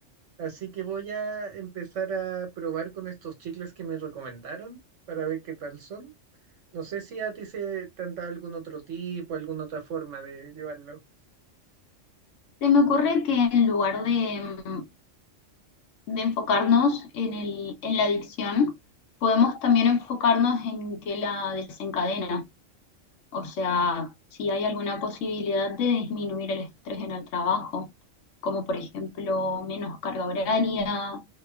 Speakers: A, on the right (about 70°); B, on the left (about 75°).
A: Así que voy a empezar a probar con estos chicles que me recomendaron para ver qué tal son. No sé si a ti se te han dado algún otro tipo, alguna otra forma de llevarlo.
B: Se me ocurre que en lugar de, mm, de enfocarnos en el, en la adicción, podemos también enfocarnos en qué la desencadena, o sea, si hay alguna posibilidad de disminuir el estrés en el trabajo, como por ejemplo menos carga horaria